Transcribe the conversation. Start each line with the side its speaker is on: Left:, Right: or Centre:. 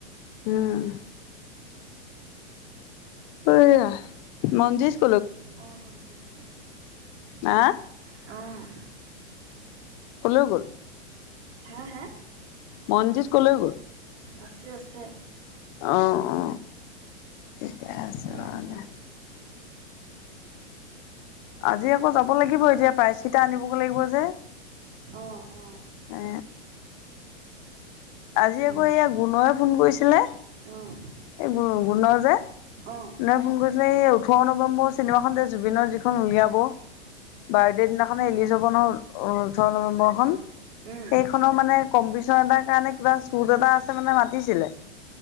Left: উম! সেইয়া মঞ্জিত।
Right: অ'! মঞ্জিত অ'!
Left: হা ক'লেও গ'ল?
Right: হে! হে!
Left: মঞ্জিত কলৈ গ'ল?
Right: আছে, আছে।
Left: অ অ ঠিকে আছে
Right: তাকে,
Left: বাৰু দে আজি যাব লাগিব এতিয়া। পাইচিটা আনিবগে লাগিব যে।
Right: অ', অ',
Left: এ! আজি
Right: উম,
Left: আকৌ, এইয়া গুণয়ে ফোন কৰিছিলে!
Right: অ'!
Left: অ'! গুণৰ যে,
Right: অ', উম,
Left: কোনেঢ ফোন কৰি ওঠৰ নৱেম্বৰ চিনোখন যে জুবিনৰ যিখন উলিয়াব। বাৰ্থডে দিনাখনে ৰীলিজ হব নহয়। অ'! ওঠৰ নৱেম্বৰ খন।
Right: উম, অ', উম,
Left: সেইখনৰ মানে, কম্পিটিচন এটাৰ কাৰণে কিবা চুট এটা আছে মানে, মাতিছিলে!